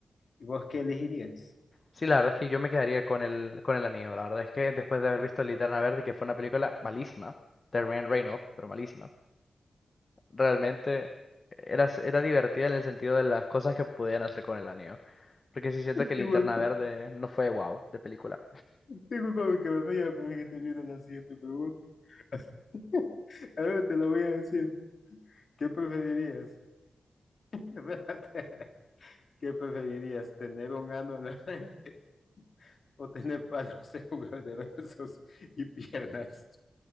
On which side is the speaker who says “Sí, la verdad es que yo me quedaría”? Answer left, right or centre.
Left